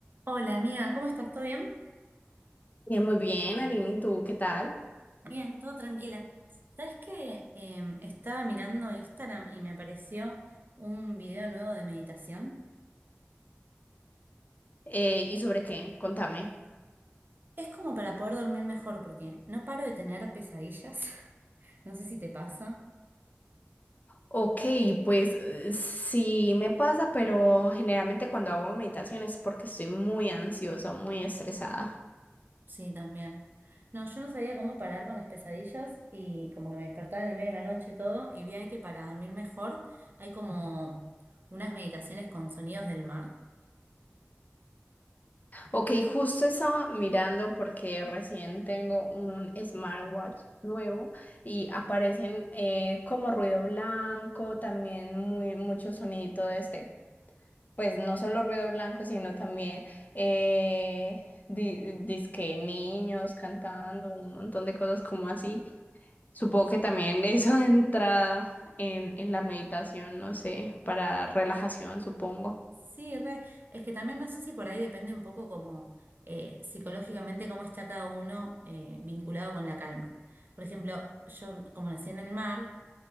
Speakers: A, on the right; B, on the left.
A: Hola amiga, ¿cómo estás? ¿Todo bien?
B: Eh, muy bien, Arini ¿y tú qué tal?
A: Bien, todo tranquila. ¿Sabes qué? Em, estaba mirando Instagram y me apareció un video nuevo de meditación.
B: Eh, ¿y sobre qué? Contame.
A: Es como para poder dormir mejor porque no paro de tener pesadillas. <laughs> No sé si te pasa.
B: Ok, pues eh, sí me pasa, pero generalmente cuando hago meditación es porque estoy muy ansiosa, o muy estresada.
A: Sí, también. No, yo no sabía cómo parar con las pesadillas y como que me despertaba en el medio de la noche y todo y vi ahí que para dormir mejor hay como unas meditaciones con sonidos del mar.
B: Ok, justo estaba mirando porque recién tengo un smartwatch nuevo y aparecen eh, como ruido blanco, también muy mucho sonido de este. pues no solo ruido blanco, sino también eh, di- dizque niños cantando, un montón de cosas como así. Supongo que también eso <laughs> de entrada en, en la meditación, no sé, para relajación, supongo.
A: Sí, re. Es que también no sé si por ahí depende un poco como eh, psicológicamente cómo está cada uno eh, vinculado con la calma. Por ejemplo, yo como nací en el mar,